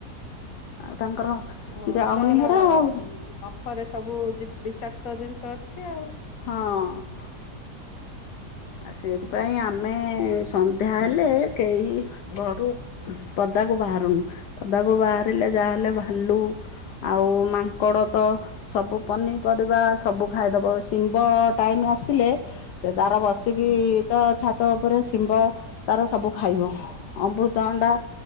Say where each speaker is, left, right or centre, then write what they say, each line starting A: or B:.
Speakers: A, on the left; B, on the left.
A: ଆଉ ତାଙ୍କର
B: ଓ
A: ଯାଉନି
B: ତାର
A: ହେରା ଆଉ
B: ନଖରେ ସବୁ ବିଷାକ୍ତ ଜିନିଷ ଅଛି ଆଉ
A: ହଁ। ଆଉ ସେଥିପାଇଁ ଆମେ ସନ୍ଧ୍ୟା ହେଲେ ହେଲେ କେହି ଘରୁ ପଦାକୁ ବାହାରୁନୁ ପଦାକୁ ବାହାରିଲେ ଯାହାହେଲେ ଭାଲୁ ଆଉ ମାଙ୍କଡ ତ ସବୁ ପନିପରିବା ସବୁ ଖାଇଦବ ଶିମ୍ବ ଟାଇମ ଆସିଲେ ସେ ତାର ବସ ସେ କିି
B: ହୁଁ
A: ତା ଛାତ ଉପରେ ଶିମ୍ବ ତାର ସବୁ ଖାଇବ ଅମୃତ ଅଣ୍ଡା